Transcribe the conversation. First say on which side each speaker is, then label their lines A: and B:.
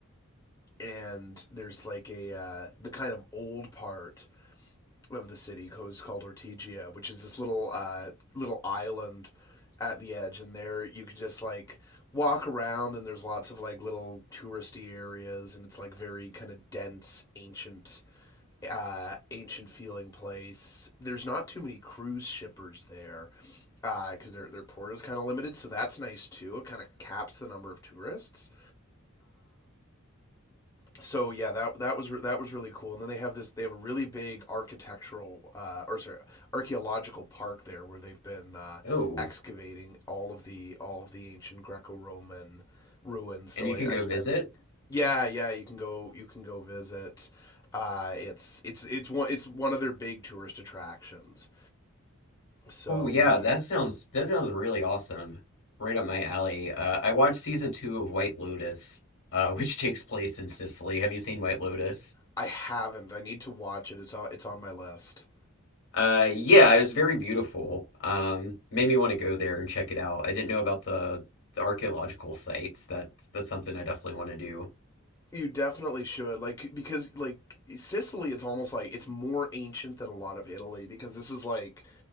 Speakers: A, on the left; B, on the left.
A: and there's like a uh, the kind of old part of the city is called Ortigia, which is this little uh, little island at the edge, and there you could just like walk around, and there's lots of like little touristy areas, and it's like very kind of dense, ancient, uh, ancient feeling place. There's not too many cruise shippers there because uh, their their port is kind of limited, so that's nice too. It kind of caps the number of tourists so yeah, that that was that was really cool. And then they have this they have a really big architectural uh, or sorry archaeological park there where they've been uh,
B: Oh,
A: excavating all of the all of the ancient Greco-Roman ruins. So
B: and you
A: I,
B: can go
A: I spent
B: visit?
A: yeah yeah you can go you can go visit. Uh, it's it's it's one it's one of their big tourist attractions. So
B: Oh yeah,
A: we
B: that sounds that sounds really awesome. Right up my alley. Uh, I watched season two of White Lotus, uh, <laughs> which takes place in Sicily. Have you seen White Lotus?
A: I haven't I need to watch it. It's on it's on my list.
B: Uh, yeah, it was very beautiful. Um, made me want to go there and check it out. I didn't know about the the archaeological sites. That that's something I definitely want to do.
A: You definitely should, like, because like Sicily, it's almost like it's more ancient than a lot of Italy because this is like